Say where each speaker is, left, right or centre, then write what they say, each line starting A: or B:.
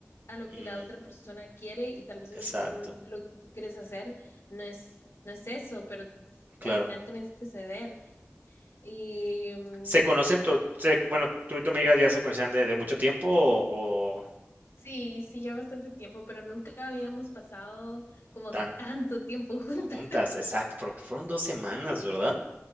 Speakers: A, on the left; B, on the right.
A: a lo
B: mm,
A: que la otra persona quiere y tal vez
B: exacto,
A: lo que tú, lo que tú quieres hacer no es, no es eso, pero
B: claro.
A: al final tenés que ceder. Y mm,
B: ¿Se conocen, tu, se- bueno, tú y tu amiga ya se conocían de, de mucho tiempo o, o
A: sí, sí, ya bastante tiempo, pero nunca habíamos pasado como
B: tan
A: tanto tiempo juntas.
B: juntas? Exacto, porque fueron dos semanas,
A: <laughs>
B: ¿verdad?